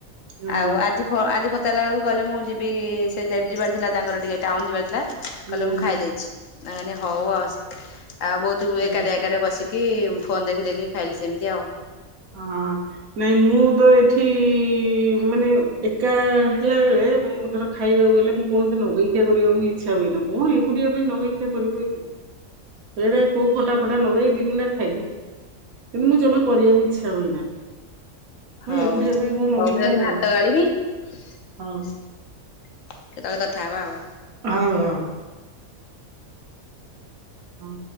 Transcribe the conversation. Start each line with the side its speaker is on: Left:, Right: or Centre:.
Right: ହଁ
Left: ଆଉ ଆଜି ଆଜି ପଚାରିଲା ବେଳକୁ କହିଲେ ମୁଁ ଯିବି ସେ ଯ ଯିବାର ଥିଲା ତାଙ୍କର ଟିକେ ଟାଉନ ଯିବାର ଥିଲା
Right: ହୁଁ
Left: କହିଲେ ମୁଁ ଖାଇଦେଇଛି
Right: ହୁଁ
Left: ମୁଁ କହିଲି ହଉ ଆଉ ଆଉ ବହୁତ
Right: ସେଇଟା
Left: ଏକାଟିଆ ଏକାଟିଆ ବସିକି ଫୋନ ଦେଖି ଦେଖିକି ଖାଇଲି ସେମିତି ଆଉ
Right: ହଁ ନାଇଁ ମୁଁ ତ ଏଠି ମାନେ ଏକା ହେଲା ବେଳେ ମୁଁ ଧର ଖାଇବାକୁ ଗଲେ ମୁଁ କୌଣସି ନଗେଇ ଖିଆ କରିବାକୁ ମୁଁ ଇଚ୍ଛା ହୁଏନି କଣ ଏକୁଟିଆ ପାଇଁ ନଗେଇଖିଆ କରିବୁ ଏଇନେ ସେଇଟା କୋଉ ଖଟା ଫଟା ନଗେଇ ଦି ଗୁଣ୍ଡା ଖାଇଦିଏ କିନ୍ତୁ ମୁଁ ଜମା କରିବାକୁ ଇ ଇଚ୍ଛା ହୁଏନା
Left: ହଉ
Right: ଏକୁଟିଆ
Left: ହଉ
Right: ପାଇଁ କଣ ନଗେଇ
Left: ମୁଁ
Right: ଖିଆ
Left: ଯାଉଛି
Right: ହବ।
Left: ଭାତ ଗାଳିବି କେତେବେଳେ
Right: ହଉ
Left: କଥା ହବା ଆଉ
Right: ହଉ ହଉ ହଁ